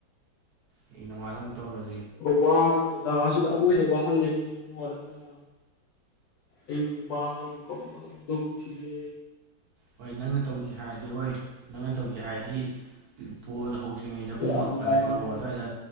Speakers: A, on the right; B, on the left.
A: ꯑꯩ ꯅꯨꯡꯉꯥꯏꯜꯗ ꯑꯃꯨꯛ ꯇꯧꯔꯁꯤ
B: ꯋꯥꯔꯒ ꯇꯖꯥ ꯑꯁꯤꯗ ꯑꯃꯣꯏꯅ ꯋꯥꯍꯜꯂꯅꯤ ꯏꯃꯨꯡ ꯅꯪꯅ ꯑꯩꯕꯨꯃ ꯑꯩꯕꯨ ꯀꯃꯃꯜꯗꯝꯁꯤꯒꯦ
A: ꯍꯣꯏ ꯅꯪꯅ ꯇꯧꯁꯤꯦ ꯍꯥꯏꯔꯗꯤ ꯍꯣꯏ ꯅꯪꯅ ꯇꯧꯁꯤ ꯍꯥꯏꯔꯗꯤ ꯕꯣꯜ ꯍꯧꯗ꯭ꯔꯤꯉꯩꯗ
B: ꯌꯥꯝ
A: ꯄꯨꯡ
B: ꯅꯨꯡꯉꯥꯏꯖꯔꯦ
A: ꯕꯥꯔꯣ ꯑꯗꯨꯋꯥꯏꯗ